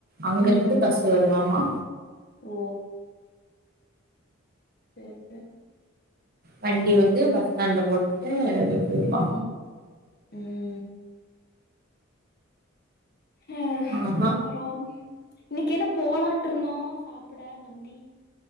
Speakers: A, on the right; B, on the left.
A: அங்க
B: ம்.
A: இருந்து பஸ் வருமாமா
B: ஓ பே பே
A: வண்டி வந்து பஸ் ஸ்டாண்ட்ல போட்டு அப்டியே போயிருவா
B: ம்ம் அ
A: ஆமா
B: அப்பற இன்னைக்கு என்ன போலான்ட்டு இருந்தோ சாப்பிட மந்தி